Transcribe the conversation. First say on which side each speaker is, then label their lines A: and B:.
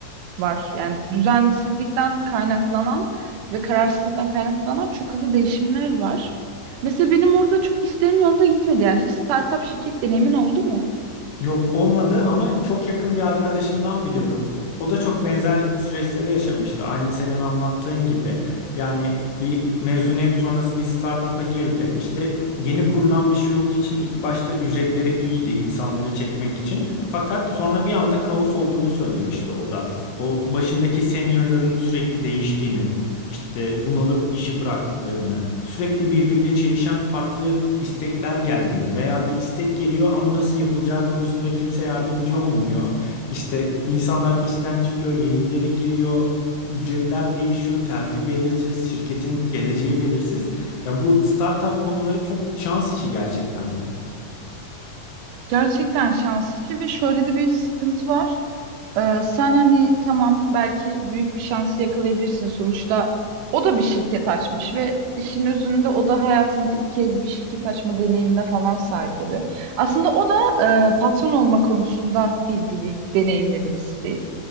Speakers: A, on the right; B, on the left.
A: var. Yani düzensizlikten kaynaklanan ve kararsızlıktan kaynaklanan çok hızlı değişimler var. Mesela benim orada çok işlerim yolunda gitmedi. Yani hiç startup şirket deneyimin oldu mu?
B: Yok olmadı ama çok yakın bir arkadaşımdan biliyorum. O da çok benzer süreçleri yaşamıştı. Aynı senin anlattığın gibi. Yani bir mezuniyet sonrası bir startup'a girdi. İşte yeni kurulan bir şey olduğu için ilk başta ücretleri iyiydi insanları çekmek için. Fakat sonra bir anda kaos olduğunu söylemişti o da. O başındaki seniorların sürekli değiştiğini, işte bunalıp işi bıraktıklarını, sürekli birbiriyle çelişen farklı istekler geldiğini veya bir istek geliyor ama nasıl yapılacağı konusunda kimse yardımcı olmuyor. İşte insanlar işten çıkıyor, yenileri giriyor, ücretler değişiyor, terfi belirsiz, şirketin geleceği belirsiz. Ya bu startup konuları çok şans işi gerçekten de.
A: Gerçekten şans işi ve şöyle de bir sıkıntı var. Ee, sen hani tamam belki büyük bir şansı yakalayabilirsin. Sonuçta o da bir şirket açmış ve işin özünde o da hayatında ilk kez bir şirket açma deneyimine falan sahip oluyor. Aslında o da e, patron olma konusunda bilgili, deneyimli birisi değil.